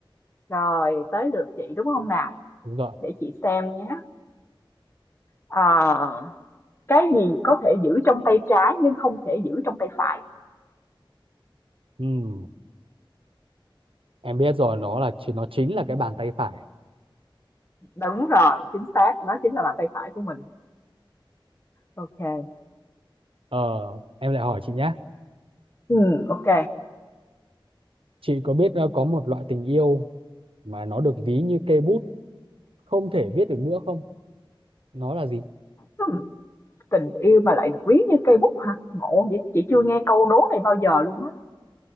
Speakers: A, on the left; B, on the right.
A: rồi tới lượt chị đúng không nào?
B: Đúng rồi.
A: Để chị xem nhé. Ờ, cái gì có thể giữ trong tay trái nhưng không thể giữ trong tay phải?
B: Ừ. em biết rồi nó là chỉ- nó chính là cái bàn tay phải
A: Đúng rồi, chính xác, nó chính là bàn tay phải của mình. OK.
B: ờ em lại hỏi chị nhé
A: Ừ, OK.
B: chị có biết ờ, có một loại tình yêu mà nó được ví như cây bút không thể viết được nữa không nó là gì
A: Hmm, tình yêu mà lại được ví như cây bút hả? Ngộ vậy, chị chưa nghe câu đố này bao giờ luôn á.